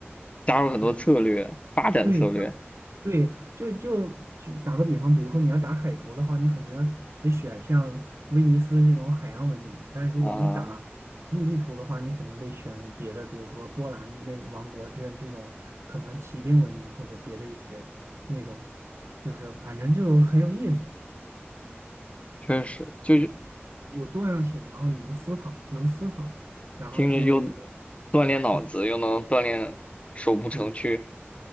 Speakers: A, on the left (about 30°); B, on the right (about 80°).
A: 加入很多策略，
B: 对
A: 发展策略
B: 对像对，就就举打个比方，比如说你要打海图的话，你可能要得选像威尼斯这种海洋文明，但是如果你打陆地图的话，
A: 啊，
B: 你可能得选别的，比如说波兰那王国这这种可能骑兵文明或者别的一些那种，就是反正就很有意思，
A: 确实就是
B: 有多样性，然后你能思考，能思考，然后就
A: 听着又锻炼脑子，
B: 对，
A: 又能锻炼手部程序，
B: 就是